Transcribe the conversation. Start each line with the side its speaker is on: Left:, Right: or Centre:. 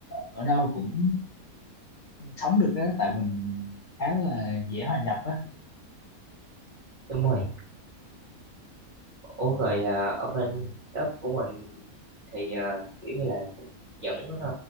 Left: ở đâu cũng sống được á tại mình khá là dễ hòa nhập á
Right: đúng rồi Ủa rồi à, ở bên ấp của mình thì à, kiểu như là vẫn à,